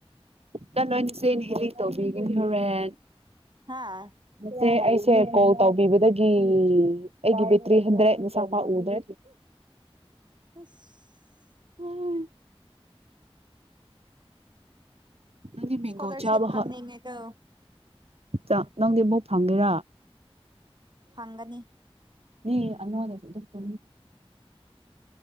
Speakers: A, on the right (about 75°); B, on the right (about 45°).
A: ꯅ ꯅꯣꯏꯅꯆꯦꯅ ꯍꯦꯜꯂꯤ ꯇꯧꯕꯤꯒꯅꯤ ꯍꯣꯔꯦꯟ
B: ꯍꯥꯥ
A: ꯁꯦ ꯑꯩꯁꯦ ꯀꯣꯜ ꯇꯧꯕꯤꯕꯗꯒꯤ ꯑꯩꯒꯤ ꯕꯦꯇ꯭ꯔꯤ ꯍꯟꯗ꯭ꯔꯦꯠ ꯃꯤꯁꯥ ꯄꯥꯛ ꯎꯗ꯭ꯔꯦ
B: ꯍꯁ
A: ꯎꯝ ꯅꯅꯤꯃꯤ
B: ꯏꯁꯀꯣꯂꯔꯁꯤꯞ
A: ꯣꯆꯥꯔꯕ
B: ꯐꯪꯅꯤꯡꯉꯦꯀꯣ
A: ꯆ ꯅꯪꯗꯤ ꯑꯃꯛ ꯐꯪꯒꯦꯔꯥ
B: ꯐꯪꯒꯅꯤ
A: ꯅ ꯑꯅꯣꯗꯁꯦ ꯆ ꯇ